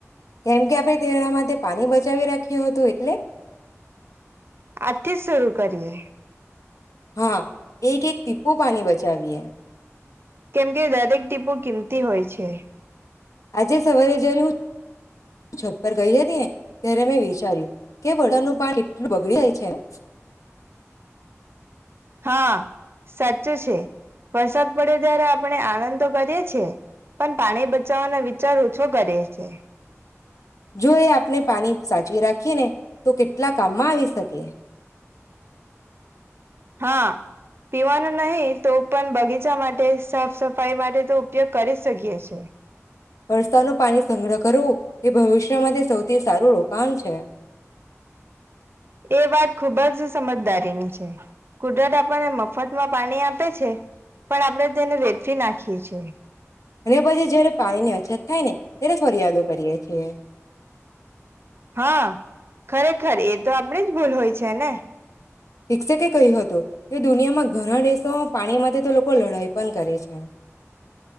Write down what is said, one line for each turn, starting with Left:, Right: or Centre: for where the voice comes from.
Left: કેમ કે આપડે તેના માટે પાણી બચાવી રાખ્યું હતું એટલે
Right: આજથી જ શરૂ કરીએ
Left: હા એક એક ટીપુ પાણી બચાવીએ.
Right: કેમ કે દરેક ટીપૂ કિમ તી હોય છે.
Left: આજે સવારે જરૂર છત પર ગઈ જતી ને ત્યારે મેં વિચાર્યું કે બોટલનું પાણી કેટલું બગડી જાય છે <inaudible>
Right: હા, સાચું છે. વરસાદ પડે જ્યારે આપણે આનંદ તો કરીએ છીએ પણ પાણી બચાવવાનો વિચાર ઓછો કરીએ છે.
Left: જો એ આપને પાણી સાચવી રાખે કેને તો કેટલા કામમાં આવી શકે
Right: હા, પીવાનું નહી તો પણ બગીચા માટે, સાફ સફાઈ માટે તો ઉપયોગ કરી શકીએ છે.
Left: વરસાદનું પાણી સંગ્રહ કરવું એ ભવિષ્ય માટે સૌથી સારું રોકાણ છે.
Right: એ વાત ખૂબ જ સમજદારીની છે. કુદરત આપણને મફતમાં પાણી આપે છે. પણ આપણે તેને વેડફી નાખીએ છે.
Left: અને પછી જયારે પાણી ની અછત થાય ને ત્યારે ફરિયાદો કરીએ છીએ.
Right: હા, ખરેખર એ તો આપડી જ ભૂલ હોય છે ને?
Left: શિક્ષકે કહ્યું હતું. એ દુનિયામાં ઘણા દેશો પાણી માટે તો લોકો લડાઈ પણ કરે છે.